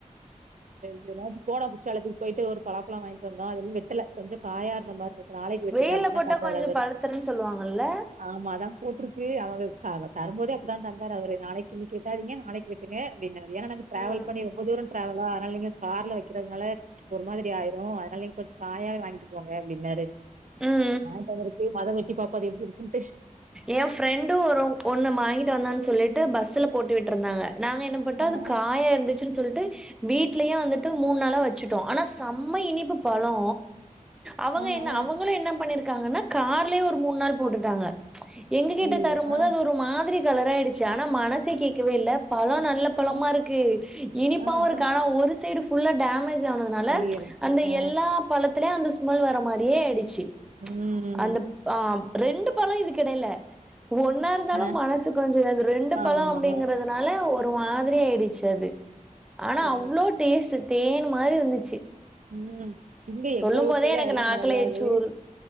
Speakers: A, on the right; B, in the centre.
A: செரி போன போகட்டும் போயிட்டு ஒரு பலாப்பலம் வாங்கிட்டு வந்தோம் அது இனு வெட்டல கொஞ்சம் காயா இருந்தமாரி இருக்கு நாளைக்கு வெட்டுங்க
B: வெயில்ல
A: அப்படின்
B: போட்டா
A: தான் தந்தாரு
B: கொஞ்சோ
A: அவரு
B: பழுத்துருன்னு சொல்லுவாங்கல்ல
A: ஆமா அதான் போட்டிருக்கு அவங்கக்காக தரும்போதே அப்படிதான் தந்தார்ரு அவரு நாளைக்கு இன்னிக்கு வெட்டாதீங்க நாளைக்கு வெட்டுங்க நெறய ட்ராவல்
B: ம்
A: பன்னி ரொம்ப தூரம் ட்ராவால் ஆனால நீங்க கார்ல வைக்கிறதுனால. ம்ச் ஒரு மாதிரி ஆயிரு அதனால நீங்க கொஞ்சோ காயா வாங்கிட்டு போங்க அப்படின்னாரு.
B: ம்
A: வாயிட்டு வந்துருக்கு அத வெட்டி பா. பாரு எப்டி இருக்குனு.
B: எ ஃப்ரெண்டு வரும் ஒண்ணு வாங்கிட்டு வந்தா சொன். சொல்லிட்டு பஸ்ல போட்டு விட்டுருந்தாங்க. நாங்க என்ன பண்டோ
A: ஆ
B: அது
A: ஆ
B: காயா இருந்துச்சுன்னு சொல்லிட்டு. வீட்லயே வந்துட்டு மூணு நாளா வச். வச்சுட்டோ ஆனா செம்ம இனிப்பு பழோ. அவங்க
A: ஆ ஆ
B: என்ன
A: ஆ
B: அவங்களு என்ன பண்ணிருக். இருக்காங்கன்னா கார்லயே ஒரு மூணு நாள் போட்டுட்டாங்க. எங்க கிட்ட
A: ஐயையோ
B: தரும் போது
A: ஆ
B: அது ஒரு மாதிரி. கலர் ஆயிடுச்சு ஆனா மனசே கேட்கவே இல்ல பழோ. நல்ல பழமா
A: ஆ
B: இருக்கு இனிப்பாவு
A: ஆ
B: இருக்கு
A: ஆ
B: ஆனா ஒரு சைடு. உள்ள டேம். டேமேஜ் ஆனதுனால
A: அழுகை
B: ம்ச்
A: இருந்துச்சு
B: அந்த
A: ஆ
B: எல்லா பழத்துலயு அந்த. தும்மல் வர மாரியே ஆயிடுச்சு.
A: உஹம்.
B: அந்த ஆ ரெண்டு பழோ இதுக்கு. இடையில. ஒன்னா இருந்தாலு
A: ஆ
B: மனசு கொஞ்சோ அந்த ரெண்டு பழோ
A: ஆமா
B: அப்படிங்குறதுனால. ஒரு மாதிரி ஆயிடுச்சு அது. ஆனா
A: சேரி
B: அவ்வளோ டேஸ்ட்டு. தேன் மாதிரி இருந்துச்சு.
A: உம். இங்க
B: சொல்லும்
A: எங்க ஊர்
B: போதே
A: சைடு
B: எனக்கு
A: அதெல்லா
B: நாக்குல
A: கெடையாது.
B: எச்சு ஊருது